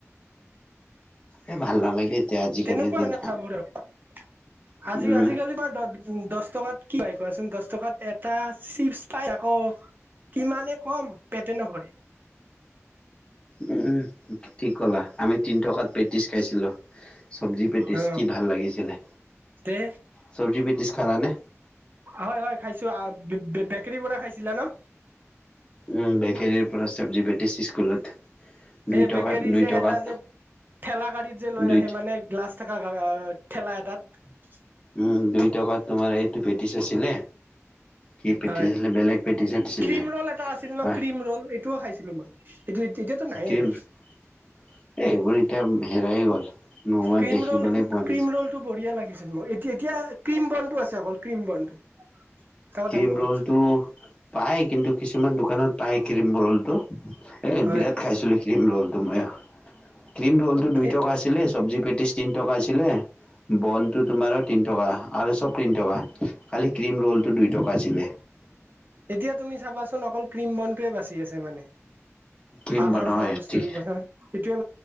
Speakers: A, on the left; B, on the right.
A: এই ভাল নালাগে। এতিয়া আজিকালিৰ
B: তেনেকুৱা
A: দিন
B: এনে খাবোৰ আৰু আজি
A: উম
B: আজিকালি বাৰ দ দহ টকাত কি পাই কোৱাচোন দহ টকাত এটা চিপছ পাই আকৌ। কিমানে কম পেটে নভৰে।
A: উম', উম', ঠিক ক'লা আমি তিনি টকাত পেটিছ খাইছিলোঁ। চব্জি পেটিচ
B: অ
A: কি ভাল লাগিছিলে।
B: তে
A: চব্জি পেটিচ খালানে?
B: হয়। হয়। খাইছো আ, বে-বেকেৰিৰ পৰা খাইছিলা ন'?
A: উম, বেকেৰিৰ পৰা চব্জি পেটিছ স্কুলত। দুই
B: সেই
A: টকাত
B: বেকেৰী
A: দুই
B: যে
A: টকাত
B: এটা যে ঠেলা গাড়ীত যে লৈ
A: দুই
B: আহে মানে গ্লাছ থকা আ ঠেলা এটাত।
A: উম, দুই টকাত তোমাৰ এইটো পেটিছ আছিল। কি পেটিচ
B: হয়।
A: ছিলে বেলেগ পেটিচ দিছিলে
B: ক্ৰীম ৰ'ল এটা আছিল ন
A: আহ।
B: ক্ৰীম ৰ'ল এইটোও খাইছিলো মই এইটো এতিয়াতো নাইয়ে
A: কিম
B: এইবিলাক
A: এ, এইবোৰ এতিয়া ম হেৰায়ে গ'ল। নোহোৱা
B: ক্ৰীম
A: দেখিবলৈ
B: ৰ'লটো
A: পোৱা নাযায়
B: ক্ৰিম ৰ'লটো বঢ়িয়া লাগিছিল মোৰ। এতিয়া এতিয়া ক্ৰীম বনটো আছে অকল ক্ৰীম বনটো। তাৰ
A: ক্ৰীম
B: দাম বহুত
A: ৰ'লটো পায় কিন্তু কিছুমান দোকানত পায়। ক্ৰীম ৰো'লটো এই
B: হয়
A: বিৰাট খাইছিলোঁ ক্ৰীম ৰো'লটো মইও। ক্ৰীম ৰ'লটো দুই
B: এ
A: টকা আছিলে চব্জি পেটিছ তিনি টকা আছিলে। বনটো তোমাৰ তিনি টকা আৰু চব তিনি টকা খালি ক্ৰীম ৰল তো দুই টকা আছিলে।
B: এতিয়া তুমি চাবাচোন অকল ক্ৰীম বনটোৱে বাছে আছে মানে,
A: ক্ৰীম
B: আগৰ
A: বনাই
B: খোৱা বস্তুৰ
A: ঠিক
B: এটোৱে